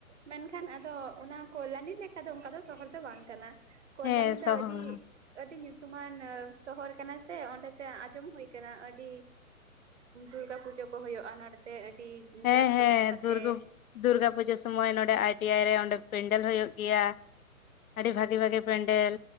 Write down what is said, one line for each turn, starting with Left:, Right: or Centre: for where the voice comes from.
Right: ᱢᱮᱱᱠᱷᱟᱱ ᱟᱫᱚ ᱚᱱᱟ ᱠᱚᱞᱞᱟᱱᱤ ᱞᱮᱠᱟᱫᱚ ᱚᱱᱠᱟ ᱫᱚ ᱥᱚᱦᱚᱨ ᱫᱚ ᱵᱟᱝ ᱠᱟᱱᱟ ᱠᱚᱞᱞᱟᱱᱤ
Left: ᱦᱮᱸ
Right: ᱫᱚ
Left: ᱥᱚᱦᱚᱨ
Right: ᱟᱹᱰᱤ ᱟᱹᱰᱤ ᱧᱩᱛᱩᱢᱟᱱ ᱥᱚᱦᱚᱨ ᱠᱟᱱᱟ ᱥᱮ ᱚᱸᱰᱮᱛᱮ ᱟᱸᱡᱚᱢ ᱦᱳᱭ ᱠᱟᱱᱟ ᱟᱹᱰᱤ ᱫᱩᱨᱜᱟ ᱯᱩᱡᱟ ᱠᱚ ᱦᱳᱭᱳᱜᱼᱟ ᱱᱚᱸᱰᱮᱛᱮ ᱟᱹᱰᱤ
Left: ᱦᱮᱸ
Right: ᱡᱟᱠ
Left: ᱦᱮᱸ
Right: ᱡᱚᱢᱚᱠ ᱠᱟᱛᱮᱜ
Left: ᱫᱩᱨᱜᱟᱹ ᱫᱩᱨᱜᱟ ᱯᱩᱡᱟ ᱥᱚᱢᱚᱭ ᱱᱚᱸᱰᱮ ᱟᱭ ᱴᱤ ᱟᱭ ᱨᱮ ᱚᱸᱰᱮ ᱯᱮᱱᱰᱮᱞ ᱦᱳᱭᱳᱜ ᱜᱮᱭᱟ ᱟᱹᱰᱤ ᱵᱷᱟᱜᱮ ᱵᱷᱟᱜᱮ ᱯᱮᱱᱰᱮᱞ